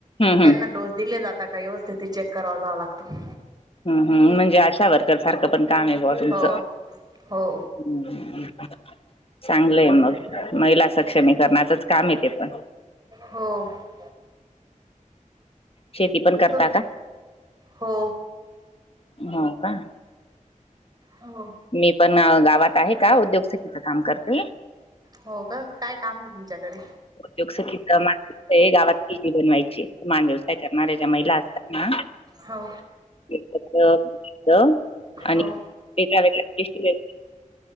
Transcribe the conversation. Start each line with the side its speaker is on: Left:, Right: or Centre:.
Left: हम्म
Right: त्यांना डोस दिले जाता का व्यवस्थिती चेक कराव जाव लागतं.
Left: हम्म हम्, म्हणजे आशा वर्कर सारखं पण काम आहे बा तुमचं.
Right: हो हो
Left: ह् चांगलंय मग, महिला सक्षमी करणाचच काम ते पण.
Right: हो
Left: शेती पण करता
Right: तु
Left: का?
Right: हो
Left: हो का.
Right: हो.
Left: मी पण गावात आहे का? उद्योसखी च काम करते.
Right: हो का काय काम आहे तुमच्याकडे
Left: उद्योग सखीच गावात कि <unintelligible> बनवायची मान व्यवसाय करणाऱ्या ज्या महिला असतात ना
Right: हो.
Left: <unintelligible> आणि
Right: हो
Left: ते करायला